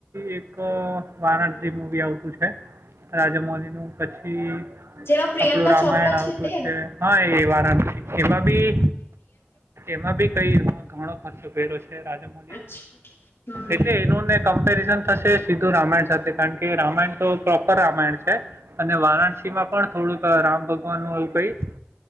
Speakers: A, on the right; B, on the left.
A: એક વારાણસી મવી આવતું છે. રાજામલીનું પછી.
B: જેમાં પ્રિયંકા
A: આપણું રામાયણ
B: ચોપરા
A: આવતું
B: તે
A: છે હા એવાના એમાં બી. એમાં ભી કઈ ઘણો ખર્ચો કર્યો છે રાજામલી
B: અચ્છા હમ
A: એટલે એનોને. કમ્પેરિઝન થશે સીધું રામાયણ સાથે કારણ કે રામાયણ તો પ્રોપર રામાયણ છે. અને વારાણસી માં પણ થોડુંક રામ ભગવાન નું એવું કઈ.